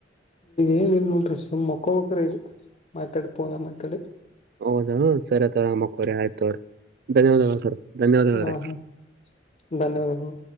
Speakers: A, on the left; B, on the right.
A: ಏನ್ ನ್ ನೋಲ್ ಈಗ ಮಕ್ಕೋಬೆಕ್ರಿ ಇದು ಮಾತಾಡಿ ಪೋನ ಮಾತಾಡಿ
B: ಹೌದಾ ಸರಿತವರ ಮಕ್ಕೋರಿ ಆಯ್ತವ್ರಿ. ಧನ್ಯವಾದಗಳು ಸರ್ ಧನ್ಯವಾದಗಳರಿ.
A: ಹಾ ಹಾ ಧನ್ಯವಾದಗಳು.